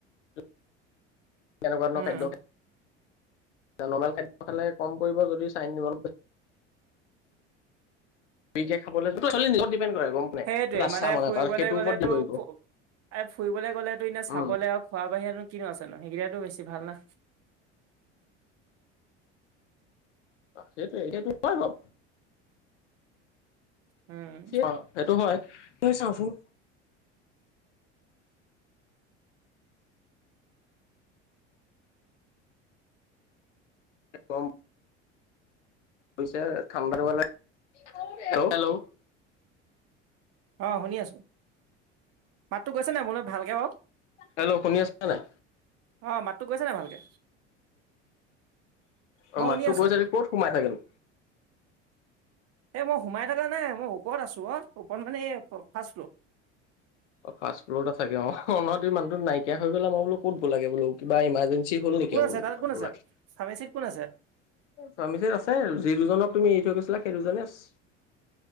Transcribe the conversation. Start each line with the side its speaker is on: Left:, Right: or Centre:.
Left: কেনেকুৱা ধৰণৰ
Right: উম
Left: খাদ্য খায় নৰ্মেল খাদ্য খালে কম পৰিব যদি চাই <unintelligible> ফ্ৰিকে খাবলে য সেইটো একছলি নিজক ডিপেণ্ড কৰে গম পোৱা নাই
Right: সেইটোয়ে
Left: ইচ্ছা
Right: মানে ফুৰিবলে
Left: তাৰ সেইটোৰ
Right: গ'লে
Left: ওপৰত ডিপেণ্ড
Right: তো
Left: কৰিব
Right: ফু ফুৰিবলে গ'লে তো এনে চাবলৈ
Left: উম
Right: আও, খোৱা বাহিয়ে নো কি আছে নো, হেগিটাইটো বেছি ভাল না
Left: সেইটোৱেই সেইটো হয় বাউ
Right: উম
Left: অ সেইটো হয় কি হয় চাওচোন, কম কৈছে ঠাণ্ডা বেলা তেও হেল্ল'
Right: অ', শুনি আছো। মাতটো গৈছে নাই মোলে ভালকে বাউ
Left: হেল্ল' শুনি আছা নাই
Right: অ', মাতটো গৈছে নাই ভালকে?
Left: অ',
Right: মই
Left: মাতটো
Right: শুনি আছো
Left: গৈছে, সি ক'ত সোমাই থাকে নো?
Right: এ, মই সোমাই থাকা নাই মই ওপৰত আছো অ'। ওপত মানে এ, ফাষ্ট ফ্লৰ।
Left: অ', ফাষ্ট ফ্লৰত আছাগে অহ, ন' তুমি মানটো নাইকিয়া হৈ গলা মই বোলো ক'ত গলাগে বোলো কিবা ইমাৰ্জেন ছিট বেলো নাইকিয়াই
Right: কোন আছে
Left: হল
Right: তাত কোন আছে
Left: ব লাগে।
Right: ফাৰ্মেচিত কোন আছে
Left: পামিচন আছে। যি দুজনক তুমি এৰি থৈ গৈছিলা সেই দুজনে আছে